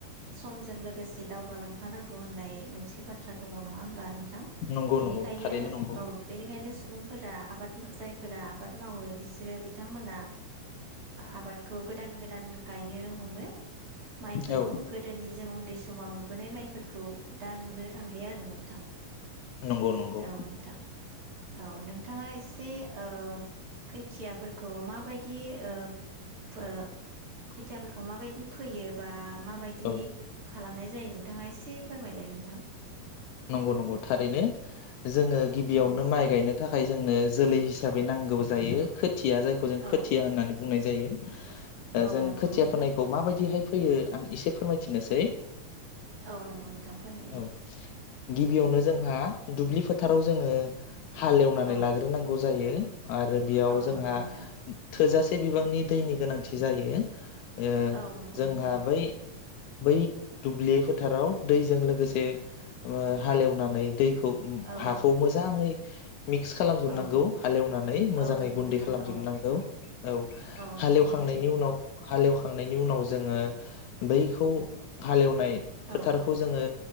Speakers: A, on the right (about 50°); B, on the left (about 80°).
A: समजों लोगोसे दावगालांफानांगौ। होननाय मोनसे बाथ्रा दङ नङा होमबा नोंथां
B: नंगौ
A: बेनिखायनो
B: नंगौ थारैनो नंगौ
A: औ बेनिखायनो सुबुंफोरा आबाद जायफोरा आबाद मावो बिसोरो बिथांमोना आबादखौ गोदान-गोदान गायनो हमो माइफोरखौ
B: औ
A: गोदोनि जों उन्दै समाव नुबोनाय माइफोरखौ दा नुनो थां गैया आरो नोंथां
B: नंगौ नंगौ
A: औ नोंथां औ नोंथाङा एसे दे ओ खोथियाफोरखौ माबायदिओ फो फोथियाफोरखौ माबायदि फैयोबा माबायदि
B: औ
A: खालामनाय जायो नोंथाङा एसे फोरमायलाय नोंथां
B: नंगौ-नंगौ थारैनो जोङो गिबियावनो
A: औ
B: माइ गायनो थाखाय जोंनो जोलै हिसाबै नांगौ जायो खोथिया जायखौ जों खोथिया
A: औ
B: होननानै बुंनाय जाङो जायो
A: औ
B: <inaudible> जों
A: नंगौ
B: खोथिया
A: नोंथां
B: फोनायखौ माबायदिहाय फैयो आं एसे फोरमायथिनोसै
A: औ नंगौ नोंथां फोरमायदो
B: औ गिबियावनो जोंहा दुब्लि फोथार फोथाराव जोङो हालेवनानै
A: औ
B: लाग्रोनांगौ जायो आरो बेयाव
A: औ
B: जोंहा
A: नंगौ नोंथां
B: थोजासे एसे बिबांनि दैनि गोनांथि जायो ओ
A: औ नंगौ
B: जोंहा
A: नोंथां
B: बै बै दुब्लि फोथाराव दैजों लोगोसे ओ‌ हालेवनानै दै खौ
A: औ
B: हाखौ मोजाङै मिक्स खालामजोबनांगौ
A: औ
B: हालेवनानै मोजाङै
A: औ नंगौ
B: गुन्दै
A: नोंथां
B: खालामजोबनांगौ
A: औ
B: औ
A: नंगौ
B: हालेवखांनायनि
A: नोंथां
B: उनाव हालेवखांनायनि उनाव जोङो बैखौ हालेव नाय फोथारखौ
A: औ
B: जोङो